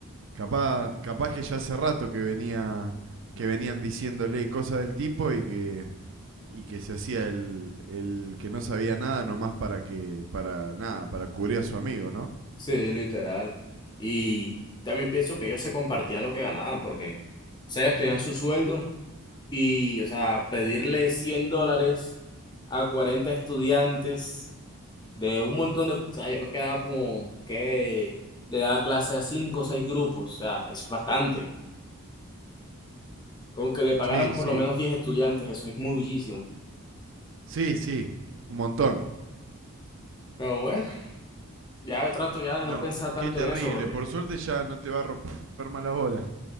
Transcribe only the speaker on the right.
Capaz, capaz que ya hace rato que venía, que venían diciéndole cosas del tipo y que, y que se hacía el, el que no sabía nada nomás para que, para nada, para cubrir a su amigo, ¿no?
Sí, sí,
sí, sí, un montón.
No,
qué terrible,
por suerte ya no te va a romper más la bola.